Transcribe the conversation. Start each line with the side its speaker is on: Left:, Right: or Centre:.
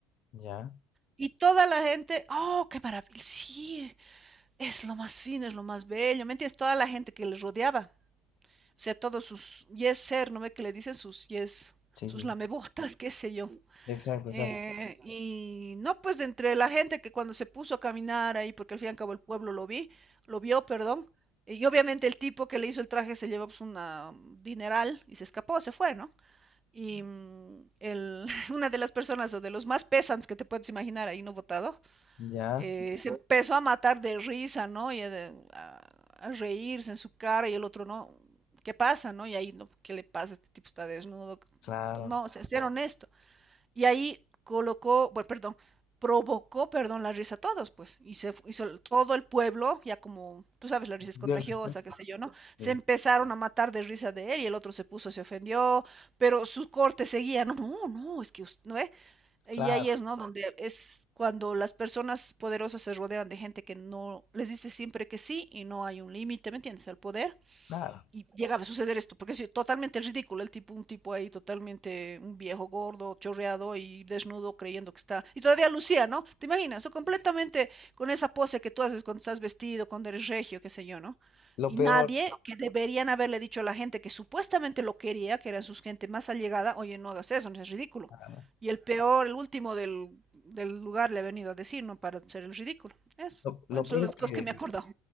Left: ya.
Right: Y toda la gente, oh, qué maravilla, sí, es lo más fino, es lo más bello, ¿me entiendes? Toda la gente que les rodeaba O sea, todos sus yes ser, ¿no ve que le dicen sus yes,
Left: Sí,
Right: sus
Left: sí,
Right: lamebotas,
Left: sí.
Right: qué sé yo?
Left: Exacto,
Right: Eh,
Left: exacto.
Right: y no, pues entre la gente que cuando se puso a caminar ahí, porque al fin y al cabo el pueblo lo vi, lo vio, perdón, y obviamente el tipo que le hizo el traje se llevó pues, una mm, dineral y se escapó, se fue, ¿no? Y mm, el, <laughs> una de las personas o de los más pesantes que te puedes imaginar ahí no votado,
Left: Ya,
Right: eh, se empezó a matar de risa, ¿no? Y a, a- a reírse en su cara y el otro no. ¿Qué pasa, no? Y ahí, no, ¿qué le pasa? Este tipo está desnudo.
Left: claro.
Right: No, se ser honesto. Y ahí colocó, bueno, perdón, provocó, perdón, la risa a todos, pues. Y se fu- hizo el- todo el pueblo, ya como, tú sabes, la risa es
Left: Yo
Right: contagiosa,
Left: res-
Right: qué sé yo, ¿no?
Left: sí,
Right: Se empezaron a matar de risa de él y el otro se puso, se ofendió, pero su corte seguía. No, no, no, es que usted, ¿no ve?
Left: claro,
Right: Y ahí es, ¿no? Donde es cuando las personas poderosas se rodean de gente que no les dice siempre que sí y no hay un límite, ¿me entiendes? Al poder
Left: claro.
Right: y llegaba a suceder esto, porque es totalmente ridículo el tipo, un tipo ahí totalmente, un viejo gordo, chorreado y desnudo creyendo que está, y todavía lucía, ¿no? ¿Te imaginas? O completamente con esa pose que tú haces cuando estás vestido, cuando eres regio, qué sé yo, ¿no?
Left: Lo
Right: Y
Left: peor,
Right: nadie que deberían haberle dicho a la gente que supuestamente lo quería, que eran sus gente más allegada, oye, no hagas eso, no es ridículo.
Left: claro.
Right: Y el peor, el último del, del lugar le ha venido a decir, ¿no? Para ser el ridículo. Eso.
Left: Lo, lo
Right: Bueno, son
Left: peor
Right: las
Left: es que,
Right: cosas que me he acordado.